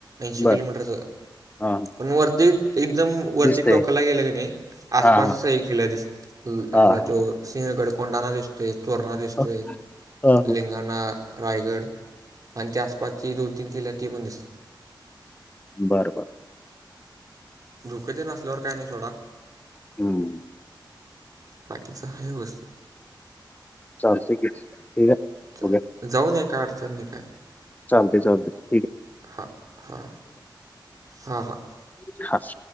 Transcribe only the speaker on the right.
ऐंशी
किलोमीटरच,
पण वरती एकदम वरती
टोकाला गेलं की नाही, आसपासची
सगळी किल्लं दिसतात. आपला
तो सिंहगड कोंडाणा दिसतोय, तोरणा दिसतोय,
लिंगाणा, रायगड आणि त्या आसपासची दोन-तीन किल्ले आहेत ती पण दिस
धोक्याचे नसल्यावर काय नाही सोडा.
बाकीच हाय व्यवस्थित.
जा
जाऊन या काय अडचण नाही काय नही.
हा हा हा हा.